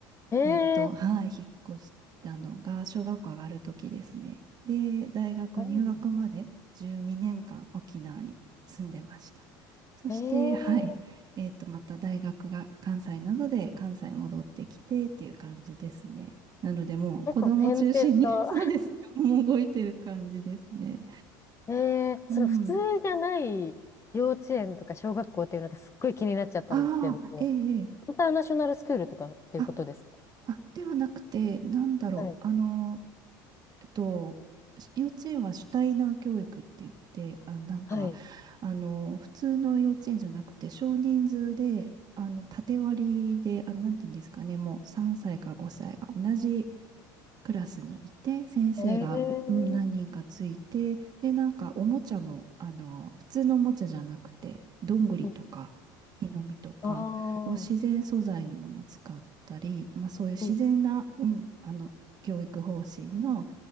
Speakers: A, on the left; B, on the right.
A: ええ
B: えっと、はい、引っ越したのが小学校上がる時ですね。で、大学入学まで12年間沖縄に住んでました。
A: うん
B: そして、
A: ええ
B: はい、えっと、また大学が関西なので、関西戻ってきてっていう感じですね。なので、もう子供中心に
A: 結構点々と
B: <laughs> そうですね、もう動いてる感じですね。
A: <laughs> ええその普通じゃない幼稚園とか小学校っていうのがすっごい気になっちゃったんですけれども、
B: うん。ああ、ええ、ええ
A: インターナショナルスクールとかっていうことですか
B: あ、あ、ではなくて、なんだろう、
A: はい。
B: あの、えっと、幼稚園は主体な教育って言って、あ、なんか、
A: はい。
B: あの、普通の幼稚園じゃなくて、少人数で、あの、縦割りで、あ、なんていうんですかね、もう3歳か5歳が同じクラスにいて、先生が、
A: ええ
B: うん、何人かついて、で、なんかおもちゃも、あの、普通のおもちゃじゃなくて、どんぐりとか、
A: うん
B: 木の実とか、
A: ああー、
B: 自然素材のものを使ったり、まあ、そういう自然な、
A: うん
B: うん、あの、教育方針の、